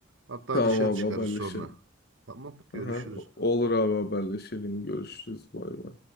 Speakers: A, on the right; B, on the left.
A: Hatta
B: Tamam
A: dışarı
B: abi
A: çıkarız
B: haberleşelim.
A: sonra. Tamam, görüşürüz.
B: Aha. Olur abi haberleşelim. Görüşürüz. Bay bay.